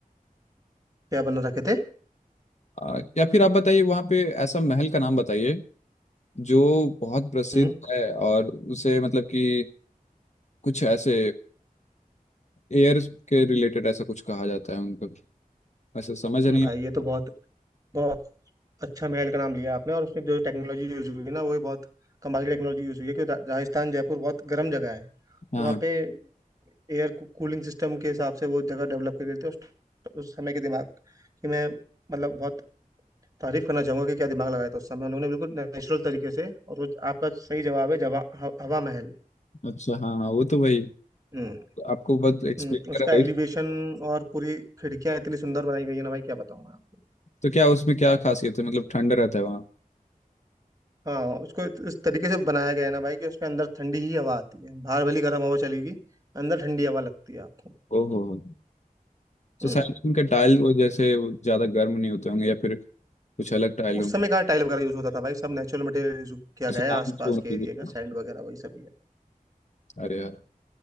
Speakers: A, on the right; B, on the left.
A: क्या बना रखे थे
B: अ, या फिर आप बताइए वहाँ पे ऐसा महल का नाम बताइए जो बहुत प्रसिद्ध
A: हम्म
B: है और उसे मतलब कि कुछ ऐसे एयर के रिलेटेड ऐसा कुछ कहा जाता है उनको ऐसा समझ नहीं
A: भाई
B: आ
A: ये तो बहुत बहुत अच्छा महल का नाम लिया आपने और उसमें जो टेक्नोलॉजी यूज हुई है ना वही बहुत कमाल की टेक्नोलॉजी यूज हुई है क्योंकि रा- राजस्थान जयपुर बहुत गर्म जगह है तो
B: हाँ
A: वहाँ पे एयर कूलिंग सिस्टम के हिसाब से वो जगह डेवलप कर गई थी उस, उस समय के दिमाग कि मैं मतलब बहुत तारीफ करना चाहूंगा कि क्या दिमाग लगाया था उस समय उन्होंने बिल्कुल नेचुरल तरीके से और वो आपका सही जवाब है जवा ह- हवा महल
B: अच्छा हाँ हाँ वो तो वही
A: हम्म
B: आपको बस एक्सप्लेन
A: हम्म, उसका
B: करा वही
A: एलिवेशन और पूरी खिड़कियां इतनी सुंदर बनाई गई है ना भाई क्या बताऊं मैं आपको
B: तो क्या उसमें क्या खासियत है मतलब ठंड रहता है वहाँ
A: हाँ उसको इत- इस तरीके से बनाया गया है ना भाई कि उसके अंदर ठंडी ही हवा आती है बाहर भली गर्म हवा चलेगी अंदर ठंडी हवा लगती है आपको
B: ओहो हो तो
A: हम्म
B: शायद उनका टाइल वो जैसे वो ज्यादा गर्म नहीं होते होंगे या फिर कुछ अलग टाइल
A: उस
B: हो
A: समय कहाँ टाइल वगैरह यूज होता था भाई सब नेचुरल मटेरियल यूज किया
B: अच्छा,
A: गया है
B: बांग
A: आसपास
B: तो होना
A: के
B: चाहिए।
A: एरिया का सैंड वगैरह वही सब ही है
B: अरे यार